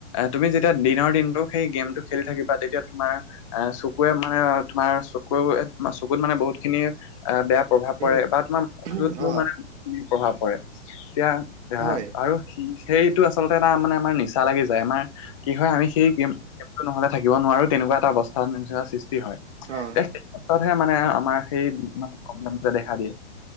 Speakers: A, on the left; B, on the right.
A: তুমি যেতিয়া দিনৰ দিনতটো সেই গেমটো খেলি থাকিবা তেতিয়া তোমাৰ অ চকুৱে মানে তোমাৰ চকু চকুত মানে বহুত খিনি বেয়া প্ৰভাৱ পৰে
B: উম
A: বা তোমাৰ মুডত
B: অ
A: মানে প্ৰভাৱ পৰে এতিয়া আহ
B: হয়
A: আৰু সেইটো আচলতে এটা মানে আমাৰ নিচা লাগি যায়। আমাৰ কি হয় আমি সেই গেম নহ'লে থাকিব নোৱাৰো তেনেকুৱা এটা অৱস্থা নিচিনা চি হয়। সেই
B: অ
A: ক্ষেত্ৰত মানে আমাৰ সেই প্ৰব্লেম দেখা দিয়ে।